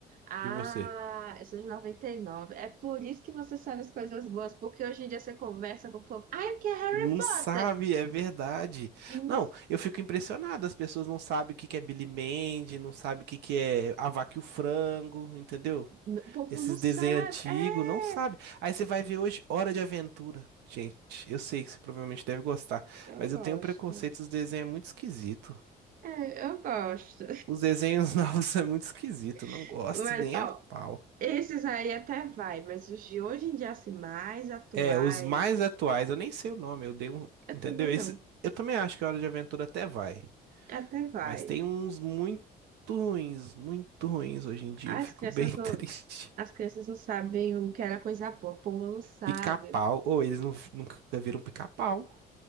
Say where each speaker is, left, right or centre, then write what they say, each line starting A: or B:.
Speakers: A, on the right (about 55°); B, on the right (about 80°).
A: Ah,
B: E você?
A: eu sou de noventa e nove É por isso que você sabe as coisas boas, porque hoje em dia você conversa com o povo. Ai, o que é Harry
B: Não
A: Potter?
B: sabe, é verdade.
A: Hum,
B: Não, eu fico impressionado. As pessoas não sabem o que que é Billy Mandy, não sabem o que que é A Vaca e o Frango, entendeu?
A: O povo
B: Esses
A: não sabe.
B: desenhos antigos,
A: É,
B: não sabe. Aí você vai ver hoje Hora de Aventura. Gente, eu sei que você provavelmente deve gostar,
A: eu
B: mas
A: gosto.
B: eu tenho um preconceito, os desenhos é muito esquisito.
A: É, eu gosto.
B: Os desenhos <laughs> novos são muito esquisitos, não
A: <laughs>
B: gosto
A: Mas,
B: nem
A: ó,
B: a pau.
A: esses aí até vai, mas os de hoje em dia, assim, mais atuais.
B: É, os mais atuais, eu nem sei o nome, eu dei um.
A: Eu
B: Entendeu?
A: também
B: Esse,
A: não.
B: eu também acho que a Hora de Aventura até vai.
A: Até vai.
B: Mas tem uns muito ruins, muito ruins hoje em dia,
A: As
B: eu fico
A: crianças
B: bem
A: não,
B: <laughs> triste.
A: as crianças não sabem o que era coisa boa. O povo não sabe.
B: Pica-pau, ou eles não, nunca viram pica-pau.